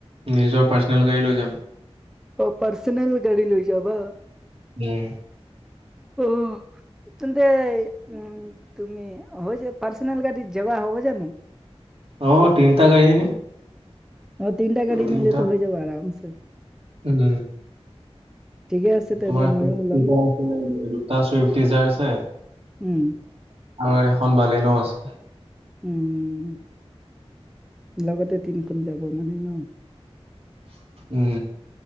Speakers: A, on the right; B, in the centre.
A: নিজৰ পাৰ্চনেল গাড়ী লৈ যাম।
B: অ পাৰ্চনেল গাড়ী লৈ যাব?
A: উম।
B: আহ। তেন্তে উম, তুমি হয় যে পাৰ্চনল গাড়ীত জবা হব জানো।
A: অ', তিনিটা গাড়ী হে নিম।
B: অ' তিনিটা গাড়ী
A: তিনিটা
B: নিলে তো হৈ যাব আৰামছে।
A: উম।
B: ঠিকে আছে তেন্তে
A: তোমাৰা
B: ময়ো ওলাম
A: দুটা চুইফট দিজাৰ আছে। আৰু
B: উম,
A: এখন বালনো আছে।
B: উম উম। লগতে তিনিখন যাব মানে ন।
A: উম